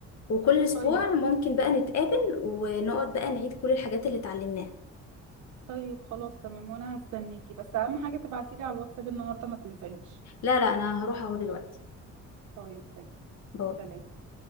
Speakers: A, on the left; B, on the right.
A: وكل اسبوع
B: طيب
A: ممكن بقى نتقابل ونقعد بقى نعيد كل الحاجات اللي اتعلمناها
B: طيب خلاص تمام وانا هستناكي بس اهم حاجه تبعتيلي على الواتساب النهارده ما تنسانيش
A: لا لا انا هروح اهو دلوقتي
B: طيب
A: باي
B: تمام سلام